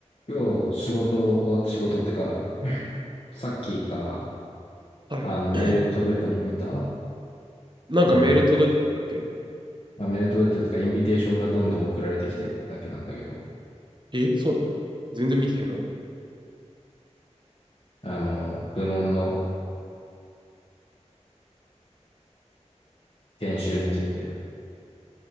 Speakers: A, on the left; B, on the right.
A: 今日仕事終わった仕事ってか、さっきかな、
B: はい。
A: あのメール届いたの見たあ
B: <clears throat> なんかメール届いてましたっけ
A: の、まあ、メール届いてるとか、インビテーションがどんどん送られてきてるってだけなんだけど、
B: え、そうなの全然見てへんわ。
A: あの、部門の研修について、